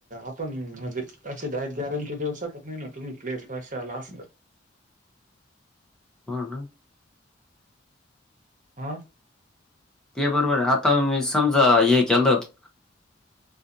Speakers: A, on the right (about 45°); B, in the centre.
A: आपण म्हणजे अशी डायरेक्ट गॅरंटी देऊ शकत नाही ना तुम्ही प्लेस वर्षाला अस.
B: हा ना.
A: हा...
B: ते बरोबर आहे आता मी समजा हे केलं